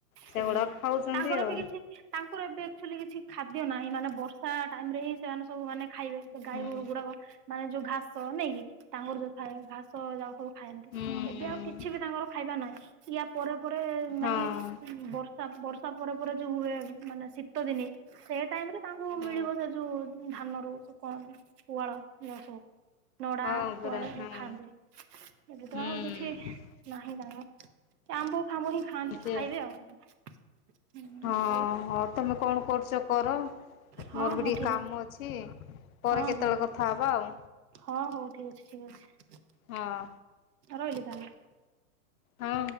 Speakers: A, on the left; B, on the right.
A: ସେଗୁଡା
B: ସେଇଆ
A: ଖାଉଛନ୍ତି
B: ତାଙ୍କର
A: ଆଉ।
B: ବି କିଛି ତାଙ୍କର ଏବେ ଏକଚୁଲି କିଛି ଖାଦ୍ୟ ନାହିଁ ମାନେ ବର୍ଷା ଟାଇମ ରେ ହିଁ ସେମାନେ ସବୁ ମାନେ ଖାଇବେ ସେ ଗାଈ
A: ହୁଁ
B: ଗୋରୁ ଗୁଡାକ ମାନେ ଯୋଉଁ ଘାସ ନାଇଁକି ତାଙ୍କର ଯୋଉଁ ଥାଏ ଘାସ ଯାକ ସବୁ ଖାଆନ୍ତି
A: ହୁଁ
B: ଏବେ ଆଉ କିଛି ବି ତାଙ୍କର ଖାଇବା ନାହିଁ ଇୟା ପରେ ପରେ
A: ହଁ
B: ମାନେ ବର୍ଷା ବର୍ଷା ପରେ ପରେ ଯୋଉଁ ହୁଏ ମାନେ ଶୀତ ଦିନେ ସେ ଟାଇମରେ ତାଙ୍କୁ
A: ହଁ
B: ମିଳିବ ସେ ଯୋଉଁ ଧାନ ରୁ କଣ ପୁଆଳ <unintelligible> ନଡା
A: ହଁ ପରା
B: ପୁଆଳ ସବୁ
A: ହଁ।
B: ଖାଆନ୍ତି ଏବେ ତ
A: ହୁଁ
B: ଆଉ କିଛି ନାହିଁ <unintelligible> ଆମ୍ବ ଆମ୍ବ ହିଁ ଖାଆନ୍ତି
A: ସେ
B: ଖାଇବେ ଆଉ ଉଁ
A: ହଁ
B: ହଉ।
A: ହଁ ତମେ କଣ କରୁଛ କର
B: ହଁ
A: ମୋର
B: ହଁ
A: ବି ଟିକେ
B: ଠିକ୍
A: କାମ ଅଛି। ପରେ
B: ହଁ
A: କେତେବେଳେ
B: ହଁ
A: କଥା ହେବା ଆଉ।
B: ହଁ ହଉ ଠିକ ଅଛି ଠିକ ଅଛି।
A: ହଁ।
B: ରହିଲି ତାହାଲେ।
A: ହଁ।